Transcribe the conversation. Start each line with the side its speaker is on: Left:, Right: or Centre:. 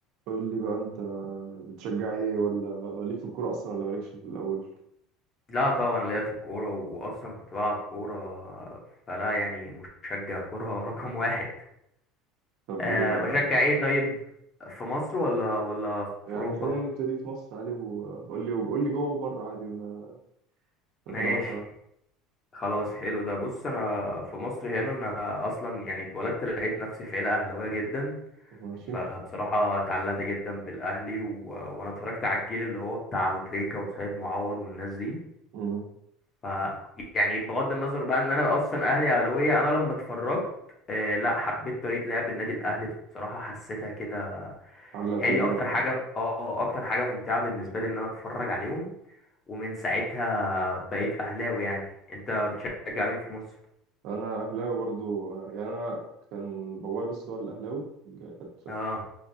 Right: قول لي بقى انت بتشجع ايه ولا ليك في الكوره اصلا ولا مالكش في الاول
Left: لا طبعا ليا في الكورة وأصلا كنت بلعب كورة فلا يعني مشجع كورة <laughs> رقم واحد
Right: طب
Left: أه
Right: ايه بقى
Left: بشجع ايه طيب في مصر ولا ولا في
Right: يعني
Left: أوروبا
Right: خلينا نبتدي في مصر عادي وقول لي قول لي جوه وبره عادي وناخدها واحده
Left: ماشي
Right: واحدة.
Left: خلاص حلو ده بص أنا في مصر هنا أنا أصلا يعني اتولدت لقيت نفسي في عيلة أهلاوية جدا
Right: ماشي
Left: فبصراحة اتعلقت جدا بالأهلي و... وأنا اتفرجت على الجيل اللي هو بتاع أبو تريكة وسيد معوض والناس دي
Right: امم
Left: ف يعني بغض النظر بقى ان انا اصلا اهلي اهلاويه انا لما اتفرجت آه، لا حبيت طريقه لعب النادي الاهلي بصراحه حسيتها كده
Right: علقت
Left: هي
Right: بيهم
Left: دي اكتر حاجه
Right: يعني.
Left: اه اكتر حاجه ممتعه بالنسبه لي ان انا اتفرج عليهم ومن ساعتها بقيت اهلاوي يعني انت بتشجع مين في مصر
Right: انا اهلاوي برضو يعني انا كان بابايا بس هو اللي اهلاوي كانت
Left: اه